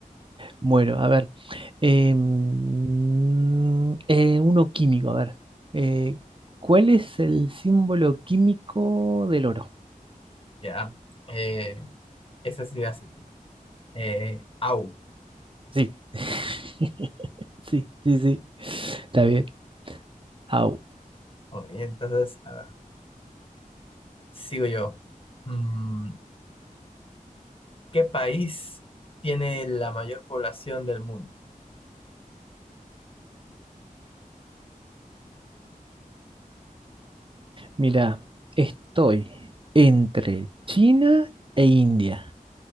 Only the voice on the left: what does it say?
Ya, eh, esa sí hace. Eh, au.
Ok, entonces, a ver, sigo yo. Mm, ¿qué país tiene la mayor población del mundo?